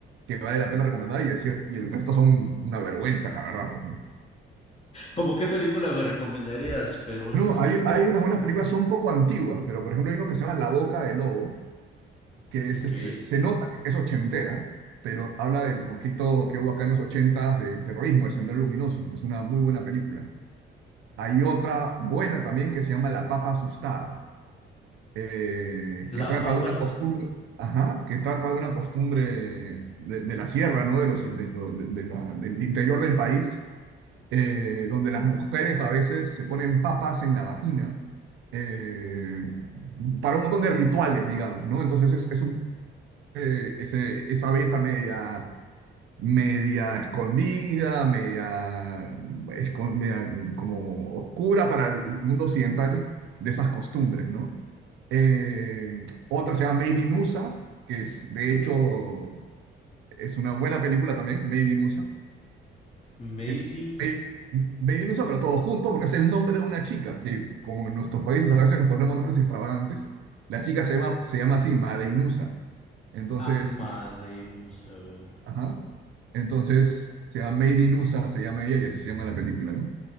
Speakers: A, on the right (about 75°); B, on the left (about 35°).
A: que vale la pena recomendar y el, cier- y el resto son una vergüenza, la verdad. pues, ¿no?
B: ¿Cómo qué película me recomendarías, peruana?
A: No, hay, hay unas buenas películas, son un poco antiguas, pero por ejemplo hay uno que se llama La Boca del Lobo, que es
B: Ok.
A: este, se nota que es ochentera, pero habla del conflicto que hubo acá en los ochentas del terrorismo, de Sendero Luminoso. Es una muy buena película. Hay otra buena también que se llama La Papa Asustada eh,
B: La
A: que trata
B: Papa
A: de una costumbre, ajá, que trata de una costumbre de, de la sierra, ¿no? De los, in- de- de- de la- del interior del país, eh, donde las mujeres a veces se ponen papas en la vagina eh, para un montón de rituales, digamos, ¿no? Entonces es, es un- eh, ese- esa beta media media escondida, media, mm, escon- media, mm, como oscura para el mundo occidental de esas costumbres, ¿no? Eh, otra se llama Made in USA, que es, de hecho, es una buena película también, Made in USA,
B: Maydi
A: que es Made, Made in USA, pero todo junto, porque es el nombre de una chica, que como en nuestros países a veces nos ponemos nombres extravagantes, la chica se llama, se llama así, Made in USA. Entonces,
B: Amadeimus, a ver.
A: Ajá. Entonces, se llama Made in USA, se llama ella y así se llama la película, ¿no?